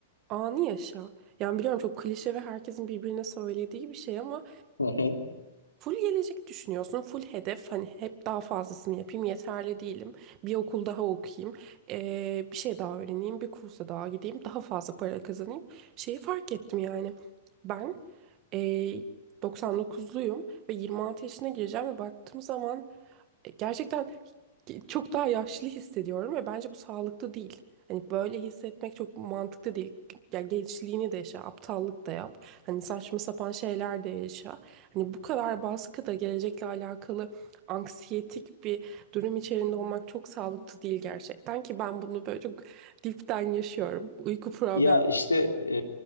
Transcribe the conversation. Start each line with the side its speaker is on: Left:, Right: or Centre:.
Right: Anı yaşa. Yani biliyorum çok klişe ve herkesin birbirine söylediği bir şey ama
Left: <laughs>
Right: Full gelecek düşünüyorsun. Full hedef hani hep daha fazlasını yapayım yeterli değilim. Bir okul daha okuyayım. eee, bir şey daha öğreneyim. Bir kursa daha gideyim. Daha fazla para kazanayım. Şeyi fark ettim yani. Ben eee 99'luyum ve 26 yaşına gireceğim ve baktığım zaman e, Gerçekten çok daha yaşlı hissediyorum ve bence bu sağlıklı değil. Hani böyle hissetmek çok mantıklı değil. Ya gençliğini de yaşa, aptallık da yap. Hani saçma sapan şeyler de yaşa. Hani bu kadar baskı da gelecekle alakalı anksiyetik bir durum içerisinde olmak çok sağlıklı değil gerçekten ki ben bunu böyle çok dipten yaşıyorum. Uyku problemi
Left: Ya işte e,